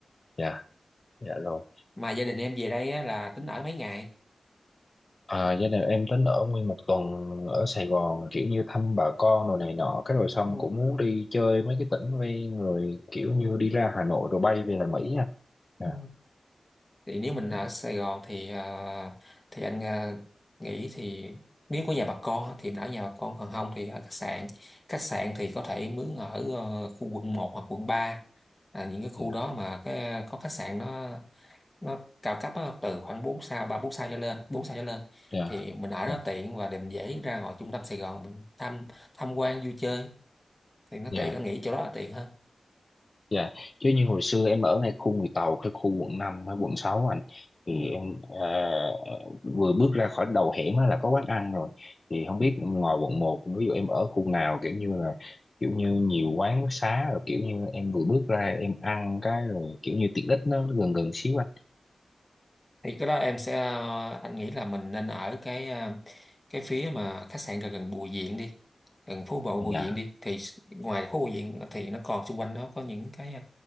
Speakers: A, on the left; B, on the left.
A: dạ, dạ rồi.
B: mà gia đình em về đây á, là tính ở mấy ngày
A: À, gia đình em tính ở nguyên một tuần ở Sài Gòn kiểu như thăm bà con rồi này nọ cái rồi xong
B: Ừ.
A: cũng muốn đi chơi mấy cái tỉnh ven người kiểu như
B: Ừ.
A: đi ra Hà Nội rồi bay về lại Mỹ nha.
B: Ừ.
A: Dạ,
B: thì nếu mình
A: ừ,
B: ở Sài Gòn thì à, thì anh à, nghĩ thì nếu có nhà bà con thì mình ở nhà bà con còn không thì ở khách sạn khách sạn thì có thể mướn ở ờ, khu quận một hoặc quận ba à, những cái khu
A: dạ,
B: đó mà cái có khách sạn nó nó cao cấp á, từ khoảng bốn sao 3 4 sao cho lên 4 sao cho lên
A: dạ,
B: thì mình ở
A: dạ.
B: đó tiện và để mình dễ ra ngoài trung tâm Sài Gòn mình tham tham quan vui chơi thì nó
A: dạ.
B: tiện anh nghĩ chỗ đó là tiện hơn
A: Dạ, Chứ như hồi xưa em ở ngay khu người Tàu, cái khu quận 5 hay quận 6 anh thì
B: Ừ.
A: em à, vừa bước ra khỏi đầu hẻm á là có quán ăn rồi. Thì không
B: Ừ.
A: biết ngoài quận một ví dụ em ở khu nào kiểu như là kiểu như nhiều quán xá rồi kiểu như em vừa bước ra em ăn cái rồi kiểu như tiện ích nó gần gần xíu anh.
B: thì cái đó em sẽ ờ, anh nghĩ là mình nên ở cái ờ, cái phía mà khách sạn gần gần Bùi Viện đi gần phố bộ Bùi
A: Dạ.
B: Viện đi thì s- ngoài phố Bùi Viện thì nó còn xung quanh nó có những cái ờ,